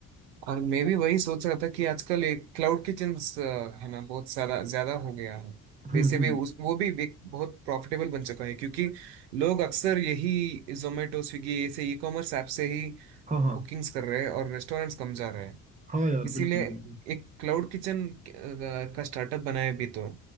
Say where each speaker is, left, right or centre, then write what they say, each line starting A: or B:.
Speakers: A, on the right; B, on the right.
A: और मैं भी वही सोच रहा था कि आजकल एक क्लाउड किचन्स है ना बहुत सारा ज्यादा हो गया है
B: हम्म
A: वैसे
B: हम्म
A: भी उस वो भी एक बहुत प्रॉफिटेबल बन चुका है क्योंकि लोग अक्सर यही जोमेटो स्विगी ऐसे ई कॉमर्स ऐप से ही
B: हाँ हाँ
A: बुकिंग्स कर रहे हैं और रेस्टोरेंट्स कम जा रहे हैं
B: हाँ यार
A: इसीलिए
B: बिल्कुल बिल्कुल
A: एक क्लाउड किचन का स्टार्टअप बनाया भी तो